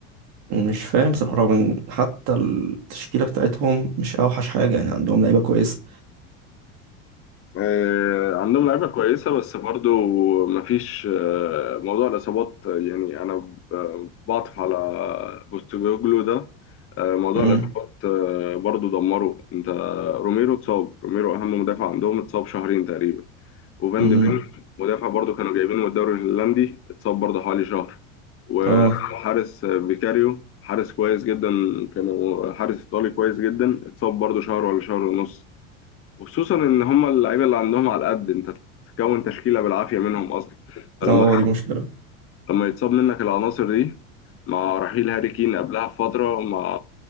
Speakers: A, on the right; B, on the left.
A: مش فاهم بصراحة رغم إن حتى التشكيلة بتاعتهم مش أوحش حاجة يعني عندهم لعيبة كويسة
B: آه عندهم لعيبة كويسة بس برضو مفيش آه موضوع الإصابات آه، يعني أنا ب- بعطف على بوستوجلو ده آه موضوع
A: أمم،
B: الإصابات آه برضو دمره أنت روميرو اتصاب روميرو أهم مدافع عندهم اتصاب شهرين تقريبا وفان
A: أمم،
B: دي فين مدافع برضو كانوا جايبينه من الدوري الهولندي اتصاب برضو حوالي شهر وحارس
A: اه
B: بيكاريو حارس كويس جدا كانوا حارس ايطالي كويس جدا اتصاب برضو شهر ولا شهر ونص وخصوصا ان هم اللعيبه اللي عندهم على قد انت تكون تشكيله بالعافيه منهم اصلا فلما
A: اه آه، دي مشكلة
B: لما يتصاب منك العناصر دي مع رحيل هاري كين قبلها بفتره مع